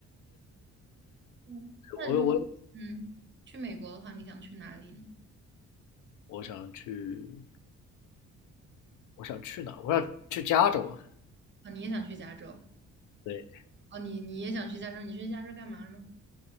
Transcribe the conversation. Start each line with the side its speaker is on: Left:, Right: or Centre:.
Right: 嗯，那如果嗯去美国的话，
Left: 我我
Right: 你想去哪里呢？
Left: 我想去，我想去哪我想去加州啊。
Right: 啊、你也想去加州？
Left: 对，
Right: 哦，你你也想去加州？你去加州干嘛呢？